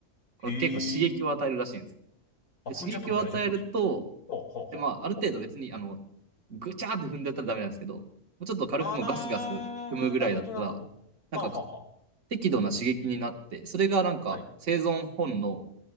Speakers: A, on the right; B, on the left.
A: この結構刺激を与えるらしいんですよ。
B: へえ。あ、
A: で、
B: 踏んじゃっても大丈夫なんです。
A: 刺激を与えると、
B: ほうほうほうほう。
A: でまあ、ある程度別に、あの、ぐちゃーって踏んでやったらダメなんですけど、もうちょっと軽くもうガスガス踏むぐらいだったら、
B: あー、なるほど、なるほど。
A: なんか
B: はあ、はあ、は
A: 適度な刺激になって、それがなんか生存本能
B: あ。はい。